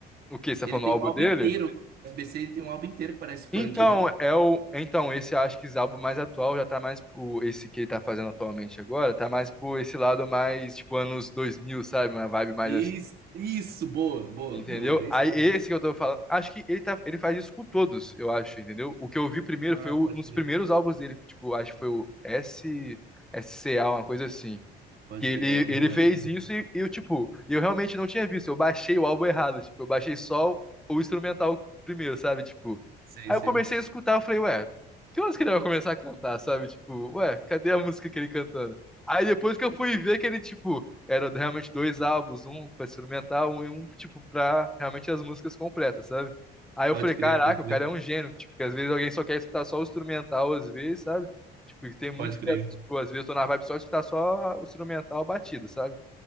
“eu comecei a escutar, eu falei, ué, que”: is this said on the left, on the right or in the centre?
Centre